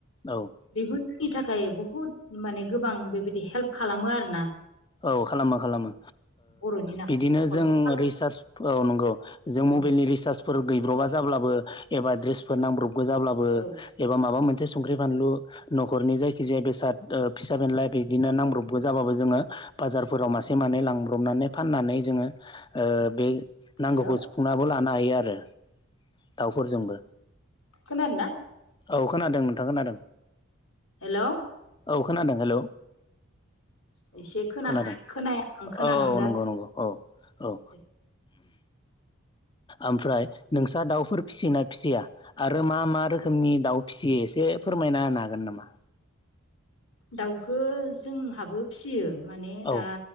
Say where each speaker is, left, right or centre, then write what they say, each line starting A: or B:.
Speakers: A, on the left (about 20°); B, on the left (about 65°).
A: औ औ
B: बेबो नि थाखाय बहुद माने गोबां बेबायदि हेल्प खालामो आरोना
A: औ खालामो खालामो
B: बर'नि नाखौ
A: बिदिनो
B: न'खरखौ
A: जों
B: सालायनो
A: रिसार्ज औ नंगौ जों मबाइलनि
B: औ
A: रिसार्ज फोर गैब्रबा जाब्लाबो एबा द्रेसफोर नांब्रबगौ जाब्लाबो
B: औ
A: एबा मा मोनसे संख्रि फानलु नखरनि जायखिजाया बेसाद फिसा बेनलााय बिदिनो नांब्रबबो जाबो जोङो बाजारफोराव मासे मानै लांब्रबनानै फाननानै जोङो ओ बे
B: हेल'
A: नांगौखौ सुफुंनाबो लानो हायो आरो। दाउफोरजोंबो
B: खोनादों ना
A: औ खोनादों नोंथां खोनादों
B: हेल'
A: औ खोनादों हेल'
B: एसे खोनाहां
A: खोनादों
B: खोनायाहां खोनाहां
A: औ नंगौ-नंगौ औ-औ
B: जादों
A: ओमफ्राय नोंस्रा दाउफोर फिसियोना फिसिया आरो मा-मा रोखोमनि दाउ फिसियो एसे फोरमायना होनो हागोन नामा
B: दाउखो जोंहाबो फिसियो माने
A: औ
B: दा